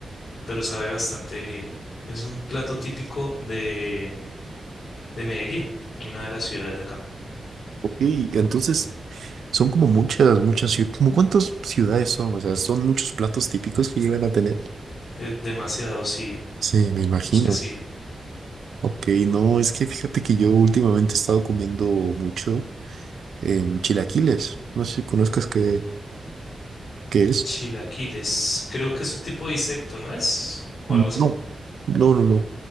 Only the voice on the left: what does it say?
pero sabe bastante bien. Es un plato típico de, de Medellín, una de las ciudades de acá.
Eh, demasiado, sí.
Es que sí.
Chilaquiles. Creo que es un tipo de insecto, ¿no es? O
algo así.